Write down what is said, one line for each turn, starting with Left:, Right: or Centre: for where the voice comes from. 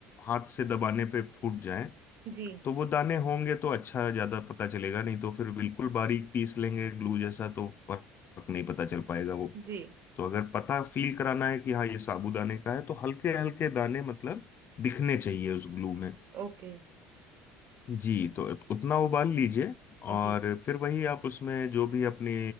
Left: हाथ से दबाने पे फूट जाएं
Right: जी
Left: तो वो दाने होंगे तो अच्छा ज्यादा पता चलेगा नहीं तो फिर बिल्कुल बारीक पीस लेंगे ग्लू जैसा तो फर्क नहीं पता चल पाएगा वो
Right: जी
Left: तो अगर पता फील कराना है कि हाँ ये साबूदाने का है तो हल्के हल्के दाने मतलब दिखने चाहिए उस ग्लू में
Right: ओके
Left: जी तो उतना उबाल लीजिए और
Right: जी
Left: फिर वही आप उसमें जो भी अपनी